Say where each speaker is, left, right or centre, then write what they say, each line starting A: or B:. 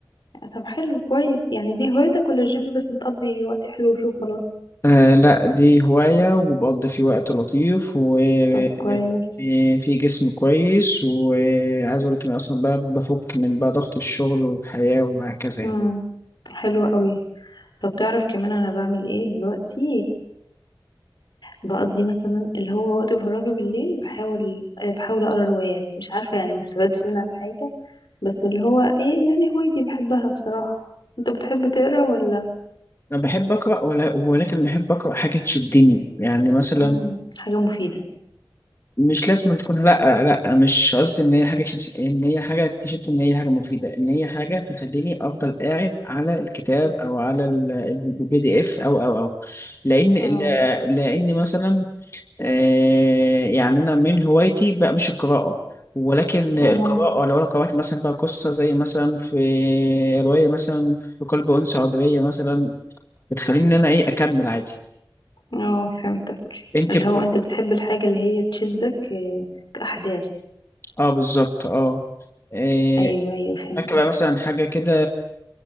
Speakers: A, on the left; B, on the left.
A: طب حلو كويس يعني دي هوايتك ولا الجيم بس بتقضي وقت حلو وشو خلاص
B: آه لا دي هواية وبقضي فيه وقت لطيف وفي
A: طب كويس
B: جسم كويس وعايز أقول لك إن أصلا بقى بفك من بقى ضغط الشغل والحياة وهكذا يعني.
A: امم حلو قوي طب تعرف كمان انا بعمل ايه دلوقتي بقضي مثلا اللي هو وقت فراغي بالليل بحاول آه، بحاول اقرا روايات مش عارفه يعني ما استفدتش منها في حاجه بس اللي هو ايه يعني هوايتي بحبها بصراحة انت بتحب تقرا ولا
B: أنا بحب أقرأ ولا- ولكن بحب أقرأ حاجة تشدني يعني مثلا
A: امم حاجة مفيدة
B: مش لازم أن تكون لا لا مش قصدي إن هي حاجة تش- إن هي حاجة تشد إن هي حاجة مفيدة إن هي حاجة تخليني أفضل قاعد على الكتاب أو على البي دي إف أو أو أو لأن
A: اه
B: لأن مثلا آه، يعني انا من هوايتي بقى مش القراءه ولكن القراءه
A: امال
B: لو انا قرات مثلا بقى قصه زي مثلا في روايه مثلا في قلب انثى عبريه مثلا بتخليني ان انا ايه اكمل عادي
A: اه فهمتك
B: انت
A: اللي
B: ب...
A: هو انت بتحب الحاجة اللي هي تشدك آه، كأحداث
B: اه بالظبط اه آه،
A: ايوه ايوه فهمتك
B: فاكره مثلا حاجه كده